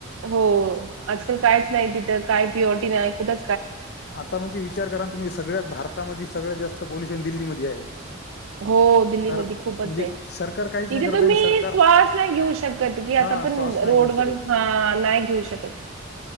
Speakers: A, on the right (about 70°); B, on the left (about 50°).
A: हो आज काल काय. नाही तिथं काय पी, ओ, टी नाही कुठं
B: आता म्हणजे विचार करा ना तुम्ही सगळ्यात भारतामध्ये सगळ्यात जास्त पोल्युशन दिल्लीमध्ये आहे.
A: <inaudible> हो दिल्लीमध्ये
B: तर
A: खूपच
B: म्हणजे
A: आहे तिथे
B: सरकार काहीच नाही करताय
A: तुम्ही
B: ना सरकार
A: श्वास नाही घेऊ शकत की
B: हा
A: आता पण
B: श्वास नाही
A: रोड
B: घेऊ शकत
A: वर हा नाही घेऊ शकत.